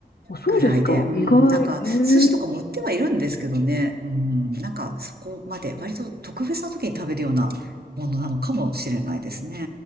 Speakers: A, on the left; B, on the right.
A: あ、そうですか。
B: ぐらいで、うん、
A: 意外。
B: なんか、
A: へ
B: 寿司とかも売ってはいるんですけどね、
A: え。
B: うん、なんか、そこまで、割と特別な時に食べるようなものなのかもしれないですね。